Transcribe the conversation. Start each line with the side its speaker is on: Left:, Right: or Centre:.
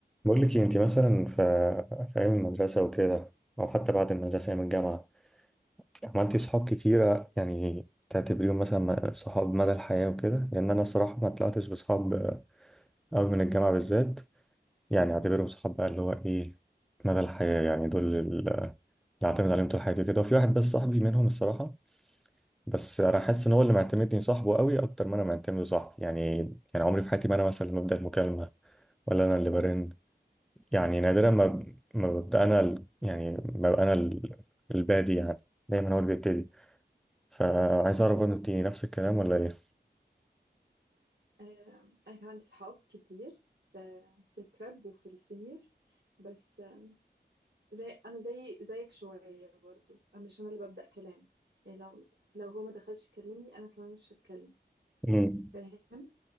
Centre: بقول لك إيه، انت مثلا في في ايام المدرسه وكده او حتى بعد المدرسه ايام الجامعه عملتي صحاب كتيره يعني تعتبريهم مثلا م- صحاب مدى الحياه وكده لان انا الصراحه ما طلعتش بصحاب قوي من الجامعه بالذات يعني اعتبرهم صحاب بقى اللي هو ايه مدى الحياه يعني دول ال- اللي اعتمد عليهم طول حياتي كده وفي واحد بس صاحبي منهم الصراحه بس انا حاسس ان هو اللي معتمدني صاحبه قوي اكتر ما انا معتمد صاحبي يعني يعني عمري في حياتي ما انا مثلا اللي ببدا المكالمه ولا انا اللي برن يعني نادرا ما ب- ما ببقى انا ال- يعني ما ببقى انا ال- البادي يعني دايما هو اللي بيبتدي فعايز اعرف برضه انت نفس الكلام ولا ايه؟
Right: آم، أنا كان عندي صحاب كتير ب- في البريب وفي السينيور بس آم، زي أنا زي زيك شوية برضو أنا مش أنا اللي ببدأ كلام يعني لو لو هو ما دخلش يكلمني أنا كمان مش هتكلم
Centre: امم
Right: فاهم